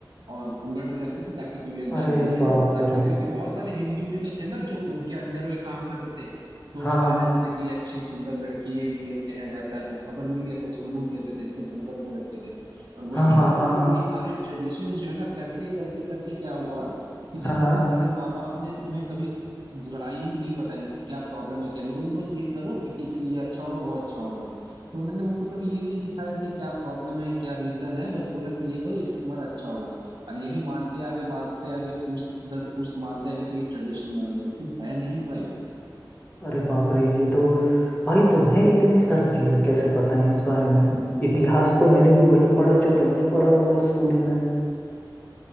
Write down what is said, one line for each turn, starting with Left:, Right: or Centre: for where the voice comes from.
Right: और घूंघट में रखते थे ताकि कोई भी अनजान
Left: अरे
Right: देखे
Left: बाप
Right: ना ताकि
Left: रे
Right: क्योंकि बहुत सारे हिंदू भी तो थे ना जो उनके अंडर में काम करते थे तो
Left: हाँ
Right: बता
Left: हाँ
Right: देते थे कि ये अच्छी सुंदर लड़की है ये है वैसा है तो खबर मिल गया तो उसको लूट लेते थे इसलिए घूंघट में रखते थे और
Left: हाँ
Right: वही
Left: हाँ
Right: करते
Left: हाँ
Right: करते
Left: हाँ
Right: ये सारे ट्रेडिशंस जो है ना करते करते करते क्या हुआ कि
Left: हाँ
Right: जैसे
Left: हाँ
Right: तुम्हारे माँ बाप ने तुम्हें कभी बुराई नहीं बताएंगे कि क्या प्रॉब्लम है क्या नहीं बोलेंगे बस ये करो क्योंकि इससे ये अच्छा होगा वो अच्छा होगा तो उन्होंने उनको कभी ये नहीं दिखाया कि क्या प्रॉब्लम है क्या रीजन है बस बोला कि ये करो इससे तुम्हारा अच्छा होगा और यही मानते आगे मानते आगे पुश्त दर पुश्त मानते आगे तो ये ट्रेडिशन बन गया लेकिन है नहीं भाई
Left: अरे बाप रे ये तो भाई तुम्हें इतनी सारी चीजें कैसे पता है इस बारे में इतिहास तो मैंने भी वही पढ़ा जो तुमने पढ़ा होगा स्कूल में